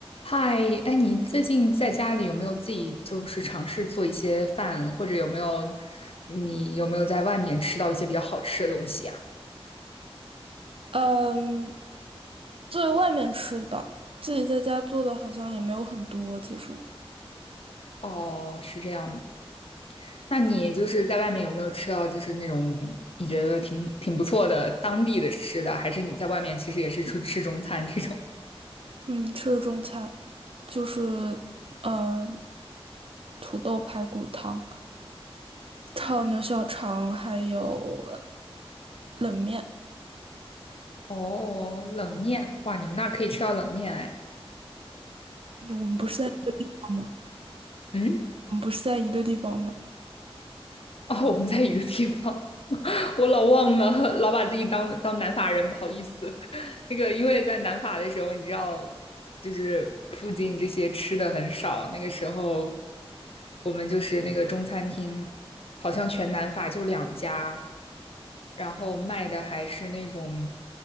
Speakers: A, on the left (about 65°); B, on the right (about 65°).
A: 嗨，哎，你最近在家里有没有自己就是尝试做一些饭，或者有没有你有没有在外面吃到一些比较好吃的东西呀？
B: 嗯，在外面吃的吧，自己在家做的好像也没有很多。其实，
A: 哦，是这样那你就是在外面有没有吃到就是那种你觉得挺挺不错的当地的吃的，还是你在外面其实也是出吃中餐这种？
B: 嗯，吃的中餐就是嗯，土豆排骨汤、炒牛小肠，还有冷面。
A: <laughs> 哦，冷面，哇，你们那儿可以吃到冷面哎。
B: 我们不是在一个地方吗？
A: 嗯。
B: 我们不是在一个地方吗？
A: <laughs> 哦，我们在一个地方，<laughs> 我老忘了，老把自己当当南法人，不好意思。<laughs> 那个，因为在南法的时候，你知道，就是附近这些吃的很少。那个时候，我们就是那个中餐厅，好像全南法就两家，然后卖的还是那种